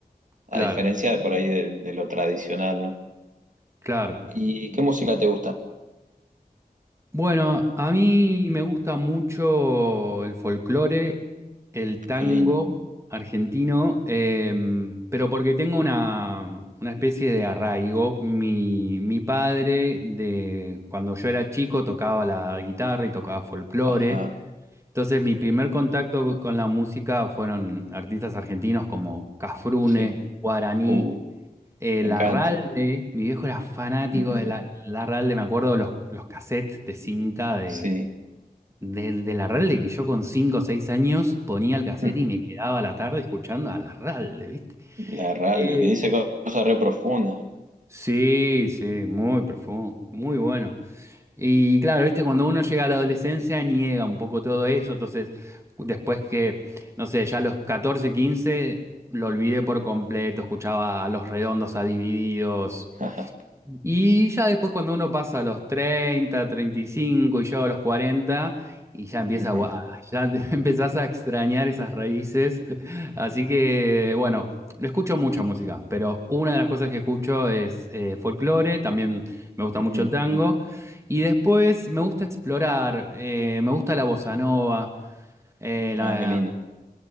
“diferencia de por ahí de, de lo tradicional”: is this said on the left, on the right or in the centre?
Right